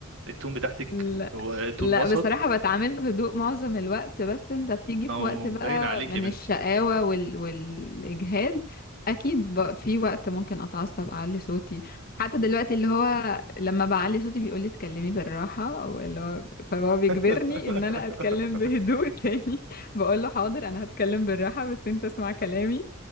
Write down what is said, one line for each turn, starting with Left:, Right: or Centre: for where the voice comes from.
Right: التون بتاعتك
Left: لا
Right: هو تون
Left: لا
Right: وسط
Left: بصراحة بتعامل بهدوء معظم الوقت بس انت بتيجي
Right: ما
Left: في
Right: هو
Left: وقت بقى
Right: باين عليك
Left: من
Right: يا بنتي
Left: الشقاوة وال... والإجهاد أكيد بقى في وقت ممكن أتعصب أعلي صوتي حتى دلوقتي اللي هو لما بعلي صوتي بيقولي اتكلمي بالراحة أو اللي هو فهو بيجبرني
Right: <laughs>
Left: إن أنا أتكلم بهدوء <laughs> تاني بقول له حاضر أنا هتكلم بالراحة بس انت اسمع كلامي